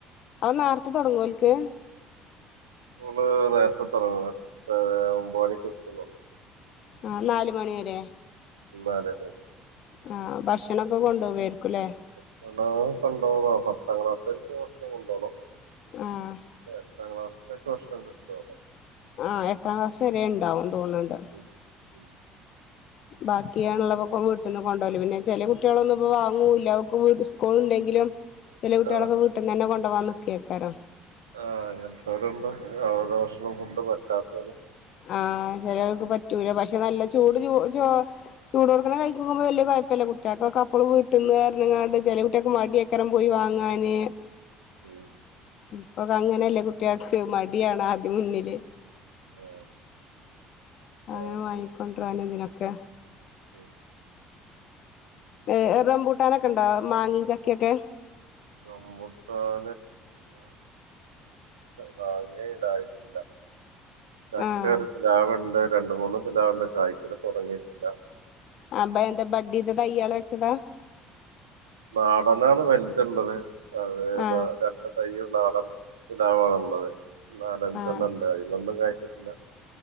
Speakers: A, on the left (about 55°); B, on the right (about 85°).
A: അഹ് നേരത്തെ തൊടങ്ങോ ഓല്ക്ക്
B: സ്കൂള് നേരത്തെ തുടങ്ങും എട്ട് ഒമ്പ മണിക്ക് സ്കൂൾ തുടങ്ങും
A: ആ നാല് മണി വരെ
B: അതെതെ
A: ആ ഭക്ഷണൊക്കെ കൊണ്ടുപോവ ക്കുല്ലെ
B: <unintelligible> കൊണ്ടോകും പത്താം ക്ലാസ്കരക്ക് ഭക്ഷണം കൊണ്ടുോണം
A: ആഹ്
B: പത്താം ക്‌ളാസിലെക്കെ ഭക്ഷ ണം കിട്ടോവുടെ
A: ആ എട്ടാം ക്ലാസ്സ് വെരെയെണ്ടാവും <unintelligible>
B: ഉം ഉം
A: ബാക്കിയാണ്ള്ളപ്പക്കോ വീട്ട്ന്ന് കൊണ്ട് പോവല് പിന്നെ ചെല കുട്ട്യോള് ഒന്നും ഇപ്പോം വാങ്ങോ ഇല്ല ഓക്ക് വീട്ട് ഉസ്‌കൂള് ഇണ്ടെങ്കിലും ചെല കൂട്ടിയെള്ളെക്കേ
B: ആഹ്
A: വീട്ടിന്നന്നേ കൊണ്ട് ഇപ്പ വന്ന് കേക്കാറാ
B: ആ അങ്ങനെത്തോര്ണ്ട് <unintelligible> ഭക്ഷണം ഫുഡ് പറ്റാത്തോര്
A: ആ ചെലോൽക്ക് പറ്റൂല്ലാ പഷെ നല്ല ചുട് ചൂട് ചോ ചുടോട്ക്കണ കഴിക്കുമ്പോ വല്ല്യാ കൊഴപ്പില്ലാ കുട്ടീക്കെ അപ്പളം വീട്ടിന്ന് പറഞ്ഞ്ങ്ങാണ്ട് ചെല കുട്ട്യോക്ക് മടിയാ കാരണം പോയി വാങ്ങാന്
B: ഉം
A: ഇപ്പെക്കേ അങ്ങനെ അല്ലേ കുട്ടിയോക്ക് മടിയാണ് ആദ്യം മുന്നില്
B: ആഹ്
A: അങ്ങനെ
B: ആഹ്
A: വാങ്ങിക്കൊണ്ടെരാന് ഇതിനൊക്കെ
B: ഉം
A: യെ റെമ്പൂട്ടാനെക്കേ ളണ്ടോ മാങ്ങേ, ചക്കയൊക്കെ
B: റമ്പൂട്ടാൻ മാങ്ങയിലായിട്ടില്ല ചക്ക
A: ആഹ്
B: ഒരു പ്ലാവുണ്ട് രണ്ട്, മുന്നോക്കെ ഇടാറൊണ്ട് കായ്ക്കല്ല് തൊടങ്ങിയിട്ടില്ലാ
A: അപ്പം എന്താ ബെഡ് ചെയ്ത തൈയ്ക്കള് വെച്ചതാ
B: നാടനാണ് വൽത്ള്ളത് അതെ
A: ആഹ്
B: നാ രണ്ട് തൈയും നാടാൻ ഇണ്ടാവാനുള്ളത് നാല്, അഞ്ച്
A: ആഹ്
B: എണ്ണം ഒണ്ടായി ഒരെണ്ണം കായിച്ച് ഇല്ലാ